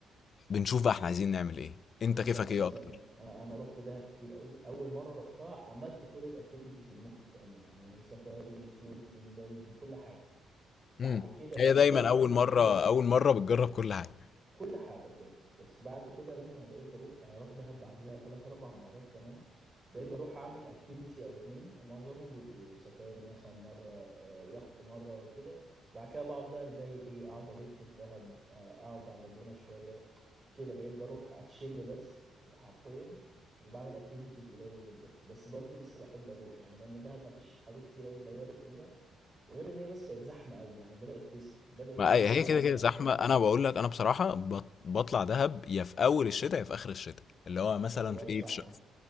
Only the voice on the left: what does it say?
بنشوف بقى احنا عايزين نعمل ايه انت
كيفك
ايه اكتر
امم
هي دايما
اول مرة اول مرة بتجرب كل حاجة
ما
هي
هي كده كده
زحمه انا بقول لك انا بصراحه بط- بطلع دهب يا في اول الشتاء يا في اخر الشتاء اللي هو
مثلا
في
ايه في ش-